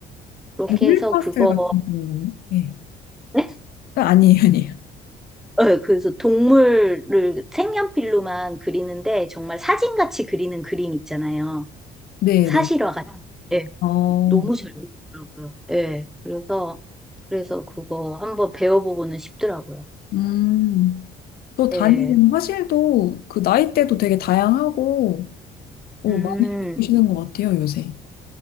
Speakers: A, in the centre; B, on the left.
A: 그렇게
B: 노을
A: 해서
B: 파스텔
A: 그거
B: 같은 경우 네.
A: 네?
B: 아, 아니에요, <laughs> 아니에요.
A: 어, 그래서 동물을 색연필로만 그리는데 정말 사진같이 그리는 그림 있잖아요.
B: 네네.
A: 사실화 같 예,
B: 어,
A: 너무 잘 그리더라고요. 예, 그래서, 그래서 그거 한번 배워보고는 싶더라고요.
B: 음. 또 다니는
A: 예,
B: 화실도 그 나이대도 되게 다양하고, 오,
A: 음,
B: 많이 배우시는 것 같아요, 요새.